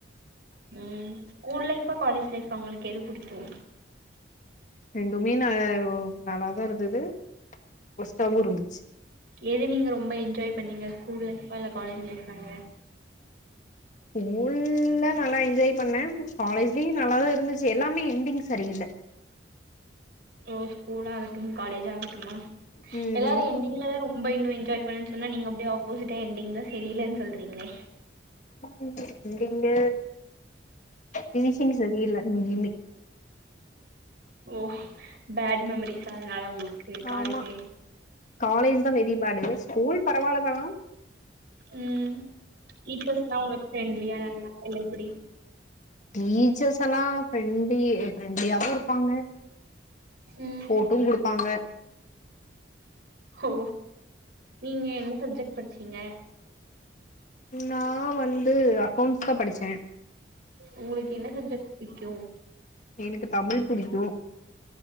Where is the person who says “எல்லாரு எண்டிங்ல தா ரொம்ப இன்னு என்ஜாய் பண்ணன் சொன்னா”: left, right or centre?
Right